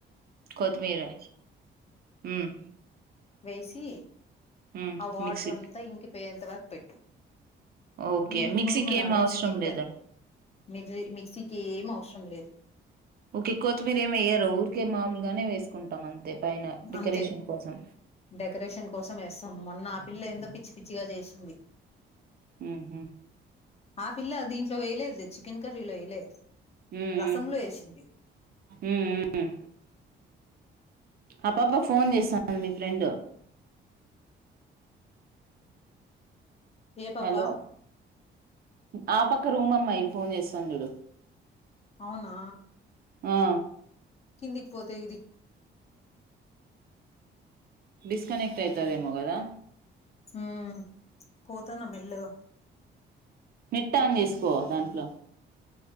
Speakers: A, on the right; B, on the left.
A: కొత్తిమీరే ఉమ్
B: వేసి
A: ఉమ్
B: ఆ వాటర్
A: మిక్సీకి
B: అంతా ఇంకిపోయేంత వరకు పెట్టు
A: ఓకే
B: మీ గుమగుమలాడే
A: మిక్సీకి ఏం అవసరం
B: చికెన్
A: లేదా
B: కర్రీ మిసి మిక్సీకి ఏం అవసరం లేదు
A: ఊకే కోత్తిమీరు ఏం వెయ్యరు ఊరికే మాముూలుగానే వేసుకుంటాం అంతే పైన డెకరేషన్
B: అంతే
A: కోసం
B: డెకరేషన్ కోసం ఏస్తాం మొన్న పిల్లేందో పిచ్చి పిచ్చిగా చేసింది
A: ఉహు
B: ఆ పిల్ల దీం ట్లో వెయ్యలేదు లే చికెన్ కర్రీలో ఎయ్లే
A: ఉమ్
B: రసం
A: ఉమ్
B: లో ఏషింది
A: ఉమ్ ఉమ్ ఆ పాప ఫోన్ చేస్తాంది మీ ఫ్రెండ్
B: ఏ పాప
A: హలో ఆ పక్క రూం అమ్మాయి ఫోన్ చేస్తాంది చూడు
B: అవునా
A: ఆ
B: కిందికి పోతే ఇది
A: డిస్కనెక్ట్ అయితాది ఏమో గదా
B: ఊ పోతానా మెల్లగా
A: నెట్ ఆన్ చేసుకో దాంట్లో